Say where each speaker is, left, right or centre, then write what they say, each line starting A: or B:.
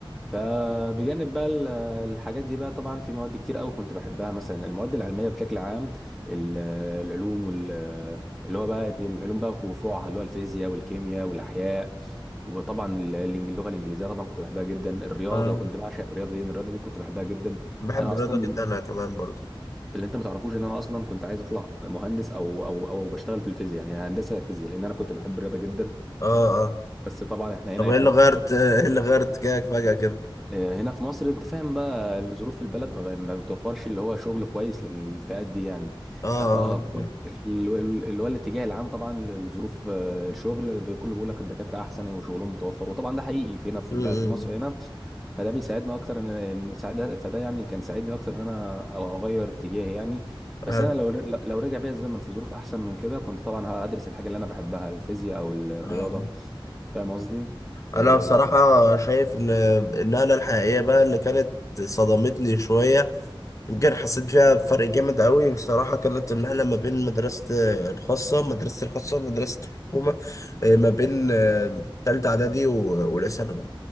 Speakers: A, in the centre; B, on the left (about 35°).
A: فبجانب بقى ال- الحاجات دي بقى طبعا في مواد كتير قوي كنت بحبها مثلا المواد العلميه بشكل عام ال- العلوم وال- اللي هو بقى العلوم بقى وفروعها اللي هو الفيزياء والكيمياء والاحياء وطبعا ال- الإنج- اللغه الانجليزيه طبعا كنت بحبها جدا الرياضه
B: يعني
A: كنت بعشق الرياضه دي الرياضه دي كنت بحبها جدا
B: بحب
A: انا
B: الرياضة
A: اصلا
B: جدا أنا كمان برضه
A: اللي انت ما تعرفوش ان انا اصلا كنت عايز اطلع مهندس او او او بشتغل في الفيزياء يعني هندسه فيزياء لان انا كنت بحب الرياضه جدا
B: اه اه
A: بس طبعا احنا
B: طب
A: هنا
B: ايه اللي غيرت <laughs> ايه اللي غيرت اتجاهك فجأة كده
A: آه، هنا في مصر انت فاهم بقى ظروف البلد ما ما بتوفرش اللي هو شغل كويس للفئات دي يعني
B: اه
A: ف
B: اه
A: اللي هو الاتجاه العام طبعا لظروف آه، الشغل كله بيقول لك الدكاتره احسن وشغلهم متوفر وطبعا ده حقيقي في هنا في
B: أمم،
A: الب- في مصر هنا فده بيساعدنا اكتر ان ان ساعد- فده يعني كان ساعدني اكتر ان انا اغير اتجاهي يعني بس
B: عارف.
A: انا لو لو رجع بيا الزمن في ظروف احسن من كده كنت طبعا هدرس الحاجه اللي انا بحبها الفيزياء او الرياضه
B: آه.
A: فاهم قصدي؟ آه،
B: انا بصراحة شايف ان النقلة الحقيقية بقى اللي كانت صدمتني شوية يمكن حسيت فيها بفرق جامد قوي بصراحة كانت النقلة ما بين مدرسة الخاصة مدرسة الخاصة ومدرسة الحكومة آه، ما بين آه، تالتة إعدادي و- وأولى ثانوي